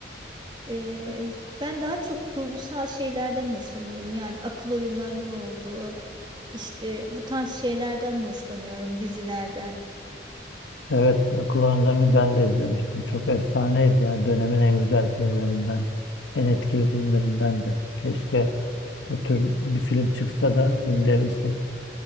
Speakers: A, on the right; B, on the left.
A: <laughs> eee, ben daha çok kurgusal şeylerden hoşlanıyorum. Yani akıl oyunlarının olduğu işte bu tarz şeylerden hoşlanıyorum dizilerden.
B: Evet, Akıl Oyunları'nı ben de izlemiştim. Çok efsaneydi ya. Dönemin en güzel filmlerinden, en etkili filmlerinden de. Keşke o tür bir film çıksa da izleyebilsek.